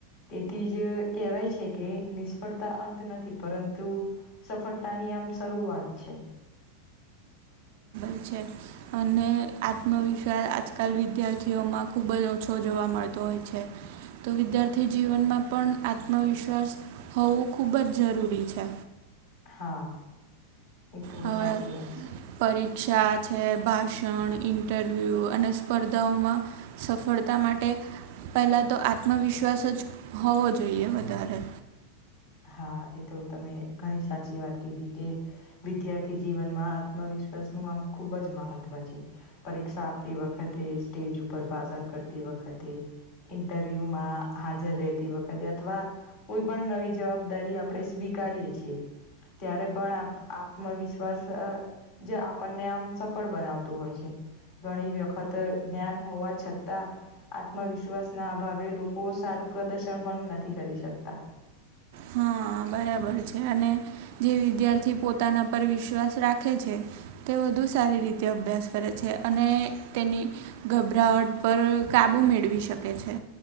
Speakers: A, on the left; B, on the right.
A: તેથી જ કહેવાય છે, કે નિષ્ફળતા અંત નથી પરંતુ સફળતા ની આમ શરૂઆત છે.
B: પ છે. અને આત્મવિશ્વાસ આજકાલ વિદ્યાર્થીઓમાં ખૂબ જ ઓછો જોવા મળતો હોય છે. તો વિદ્યાર્થી જીવનમાં પણ આત્મવિશ્વાસ હોવું ખુબ જ જરૂરી છે.
A: હા એ તો
B: હવે
A: સાચી વાત છે.
B: પરીક્ષા છે ભાષણ ઇન્ટરવ્યુ અને સ્પર્ધાઓમા સફળતા માટે પહેલા તો આત્મવિશ્વાસ જ હોવો જોઈએ વધારે
A: હા એ તો તમે ઘણી સાચી વાત કીધી કે વિદ્યાર્થી જીવનમા આત્મવિશ્વાસનું આમ ખૂબ જ મહત્ત્વ છે. પરીક્ષા આપતી વખતે સ્ટેજ ઉપર ભાષણ કરતી વખતે ઇન્ટરવ્યુ માં હાજર રહેતી વખતે અથવા કોઈ પણ નવી જવાબદારી આપણે સ્વીકારએ છીએ ત્યારે પણ આત્મવિશ્વાસ જે આપણને આમ સફળ બનાવતું હોય છે. ઘણી વખત જ્ઞાન હોવા છતા. આત્મવિશ્વાસ ના અભાવે લોકો સારું પ્રદર્શન પણ નથી કરી શકતા
B: હા બરાબર છે અને જે વિદ્યાર્થી પોતાના પર વિશ્વાસ રાખે છે. તે વધુ સારી રીતે અભ્યાસ કરે છે, અને તેની ગભરાવટ પર કાબુ મેળવી શકે છે.